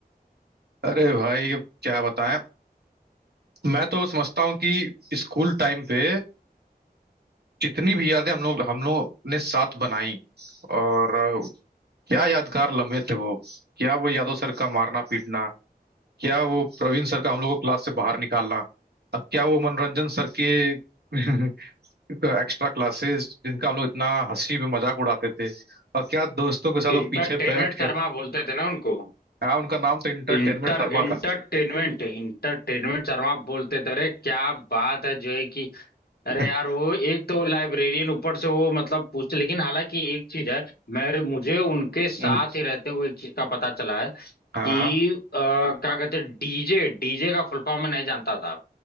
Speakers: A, on the right; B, on the left.
A: अरे भाई अब क्या बताएं मैं तो समझता हूँ कि स्कूल टाइम पे जितनी भी यादें हम लोग हम लोग ने साथ बनाई और अ, क्या यादगार लम्हे थे वो क्या वो यादव सर का मारना पीटना क्या वो प्रवीण सर का हम लोग को क्लास से बाहर निकालना और क्या वो मनोरंजन सर के <laughs> एक्स्ट्रा क्लासेस जिनका हम लोग इतना हंसी में मजाक उड़ाते थे और क्या दोस्तों के साथ वो
B: इंटरटेनमेंट
A: पीछे बैठ
B: शर्मा
A: के
B: बोलते थे ना उनको
A: हाँ उनका नाम तो इंटरटेनमेंट
B: इंटर
A: शर्मा
B: इंटरटेनमेंट इंटरटेनमेंट शर्मा आप बोलते थे अरे क्या बात है जो है कि
A: <laughs>
B: अरे यार वो एक तो लाइब्रेरियन ऊपर से वो मतलब पूछते लेकिन हालांकि एक चीज है मेरे मुझे उनके साथ
A: हम्म,
B: ही रहते हुए एक चीज का पता चला है
A: हाँ
B: कि अ, क्या कहते हैं डीजे डीजे का फुल फॉर्म मैं नहीं जानता था